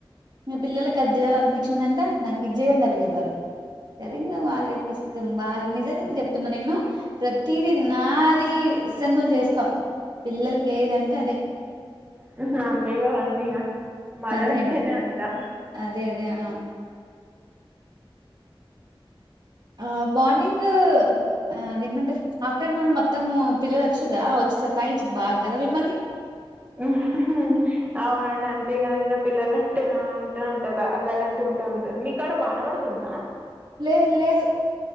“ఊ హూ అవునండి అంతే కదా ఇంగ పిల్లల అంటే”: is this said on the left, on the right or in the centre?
Right